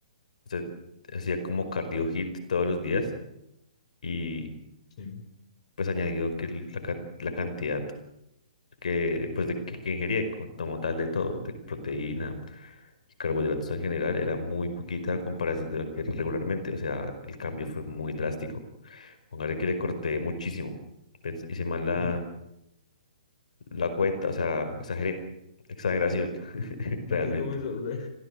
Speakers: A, on the left; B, on the left.
A: Usted hacía como cardio hit todos los días y
B: Sí.
A: pues añadido que el- la, ca- la cantidad que pues de que, que ingería co- como tal de todo, de proteína y carbohidratos en general era muy poquita a comparación de lo que era regularmente, o sea, el cambio fue muy drástico. Póngale que le corté muchísimo. Pens- hice mal la,
B: Mm,
A: la cuenta, o sea, exageré. Exageración, <laughs> realmente.
B: Usted comenzó, usted,